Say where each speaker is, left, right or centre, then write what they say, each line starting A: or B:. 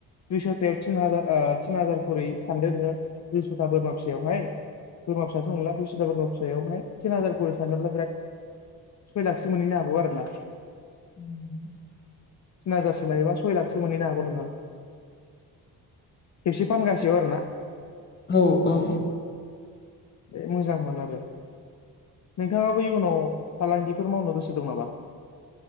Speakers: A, on the left; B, on the left.
A: दुइस'थायाव तिनहाजा ओ तिनहाजार खरै सानदो नोङो। दुइस'था बोरमा फिसायावहाय बोरमा फिसाथ' नंला दुइस'था बोरमा फिसायावहाय तिन हाजार खरै सानब्ला बिराद सय लाखसो मोनहैनो हागौ आरोना।
B: <inaudible>
A: तिन हाजारसो लायोबा सय लाखसो मोनहैनो हागौ नोंङो। खेबसे फानगासेयाव आरो ना
B: औ औ
A: बे मोजांमोन आरो नोंथाङाबो इयुनाव फालांगिफोर मावनो गोसो दं नामा?